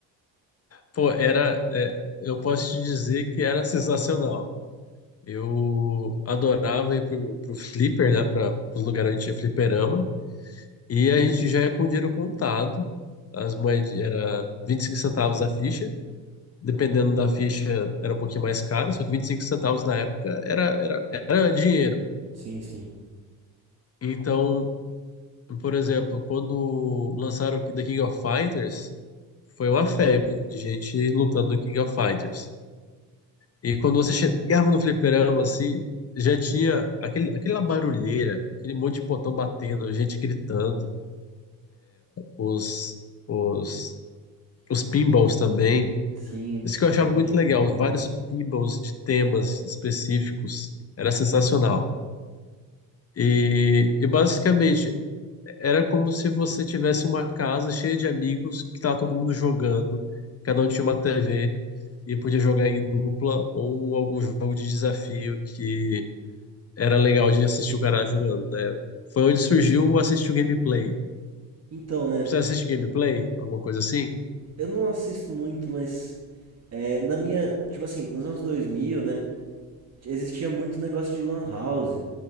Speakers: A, on the left; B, on the right.
A: Pô, era é, eu posso te dizer que era <laughs> sensacional. Eu adorava ir pro, pro Flipper, né? Para os lugares onde tinha fliperama. E a gente já ia com o dinheiro contado. As moedas era 25 centavos a ficha. Dependendo da ficha, era um pouquinho mais caro. Só que 25 centavos na época era, era, era dinheiro.
B: Sim, sim.
A: Então, por exemplo, quando lançaram o The King of Fighters, foi uma febre de gente lutando no King of Fighters. E quando você chegava no fliperama, assim, já tinha aquele, aquela barulheira, aquele monte de botão batendo, gente gritando, os, os, os pinballs também.
B: Sim,
A: Isso que
B: as
A: eu achava
B: máquinas
A: muito
B: de
A: legal,
B: pinball.
A: os vários pinballs de temas específicos, era sensacional. E, e basicamente era como se você tivesse uma casa cheia de amigos que estava todo mundo jogando, cada um tinha uma TV e podia jogar em dupla ou algum jogo de desafio que era legal de assistir o cara jogando, né? Foi onde surgiu o assistir o gameplay.
B: Então, né,
A: Você assiste gameplay? Alguma coisa assim?
B: eu não assisto muito, mas é, na minha, tipo assim, nos anos 2000 né, existia muito negócio de lan house